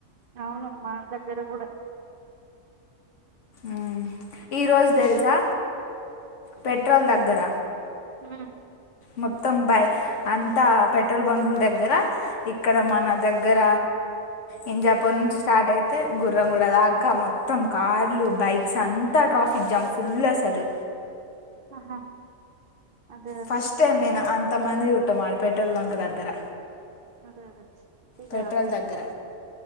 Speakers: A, on the right; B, on the left.
A: అవును మాక్ దగ్గర కూడా
B: ఉమ్ ఈ రోజు తెలుసా పెట్రోల్
A: ఉమ్,
B: దగ్గర
A: ఉమ్
B: మొత్తం బై అంతా పెట్రోల్ బంకుల దగ్గర ఇక్కడ
A: ఉమ్,
B: మన దగ్గర ఇంజాపూర్ నుంచి స్టార్ట్ అయితే గుర్రంగళ దాకా మొత్తం కార్లు బైక్స్ అంతా ట్రాఫిక్ జామ్ ఫుల్ అసలు
A: ఆహా అదే అదే
B: ఫస్ట్ టైం నేను అంతమంది జుట్టం పెట్రోల్ బంక్ దగ్గర
A: అదే అద చ్చి ఇద
B: పెట్రోల్ దగ్గర